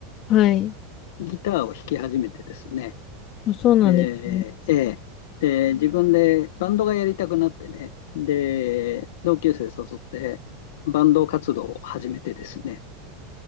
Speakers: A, on the left; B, on the left.
A: はい。
B: ギターを弾き始めてですね、
A: あ、そうなんですね。
B: で、えで、自分でバンドがやりたくなってね、で、同級生誘って、バンド活動を始めてですね、